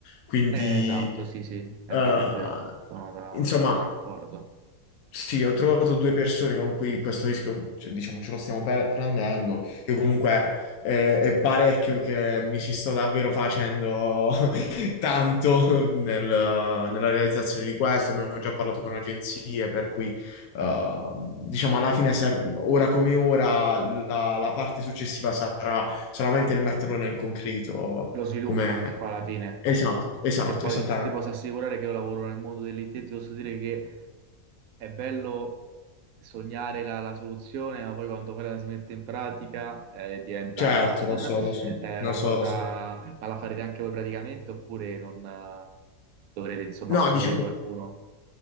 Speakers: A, on the left; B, on the right.
A: Quindi,
B: eh, esatto, sì, sì, è
A: eh,
B: vero, è vero, sono da-
A: insomma.
B: sono d'accordo.
A: Sì, ho trovato due persone con cui questo rischio, cioè, diciamo, ce lo stiamo per- prendendo. Io comunque eh, è parecchio che mi ci sto davvero facendo <laughs> tanto nel- nella realizzazione di questo. Abbiamo già parlato con agenzie, per cui ehm, diciamo alla fine, ser- ora come ora, la, la parte successiva sarà solamente il metterlo nel concreto.
B: Lo sviluppo,
A: Come...
B: poi alla fine.
A: Esatto, esatto,
B: E poi
A: esattamente.
B: ti posso assicurare che io lavoro nel mondo dell'IT, ti posso dire che è bello sognare la, la soluzione, ma poi quando poi la si mette in pratica eh, diventa
A: Certo, lo so,
B: <laughs>
A: lo so,
B: è
A: lo
B: una
A: so,
B: cosa...
A: lo so.
B: Ma la farete anche voi praticamente oppure non eh, dovrete insomma
A: No,
B: assumere
A: diciamo.
B: qualcuno?